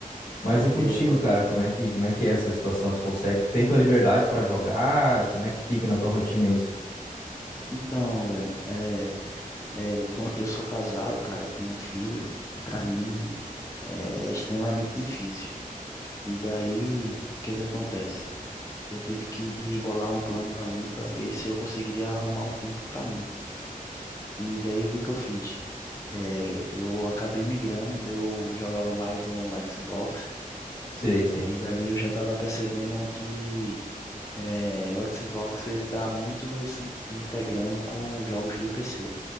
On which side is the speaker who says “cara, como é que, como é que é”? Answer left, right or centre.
Left